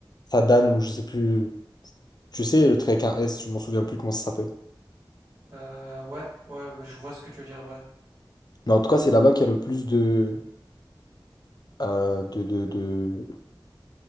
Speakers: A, on the left; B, on the right.
A: Sadan ou je sais plus, tu sais, le truc avec un S, je m'en souviens plus comment ça s'appelle.
B: Euh, ouais, ouais, je vois ce que tu veux dire, ouais.
A: Mais en tout cas, c'est là-bas qu'il y a le plus de, euh, de, de, de,